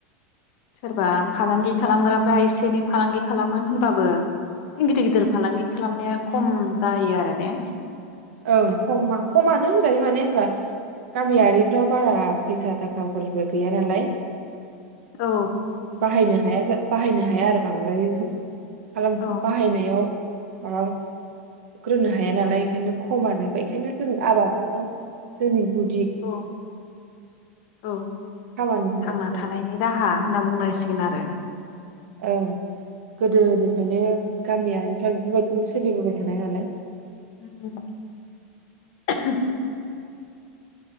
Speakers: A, on the left; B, on the right.
A: सोरबा फालांगि खालामग्राफ्रा एसे एनै फालांगि खालामो होनबाबो न गिदिर गिदिर फालांगि खालामनाया खम जायो आरो ने
B: ओं खम खमानो होनजायो माने होनबा गामियारिफ्राव बारा फैसा थाखाफोरबो गैया नालाय
A: औ
B: बाहायनो हाया बाहायनो हाया आरो बांद्राय रोखोम खालाम
A: औ
B: बाहायनायाव ओआ ग्रोननो हाया नालाय बेखायनो खमानो बेखायनो जों आबादानो जोंनि गुद
A: औ औ
B: खामानि होनजासिगोन
A: थांना थानायनि राहा होनना बुंनांसिगोन आरो
B: ओं गोदो निफायनो गामियारिफ्रा बेफोरबायदिनो सोलिबोबाय थानाय नालाय
A: <unintelligible>